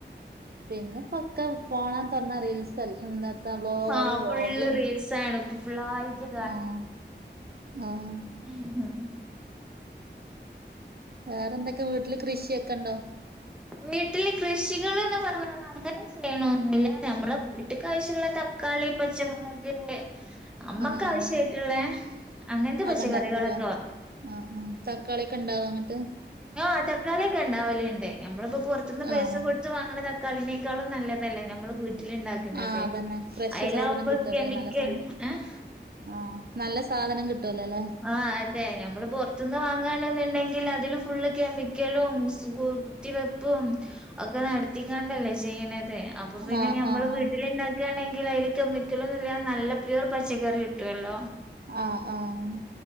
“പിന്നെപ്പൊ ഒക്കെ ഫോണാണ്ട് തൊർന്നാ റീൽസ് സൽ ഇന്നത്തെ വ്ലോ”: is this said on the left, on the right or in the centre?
Right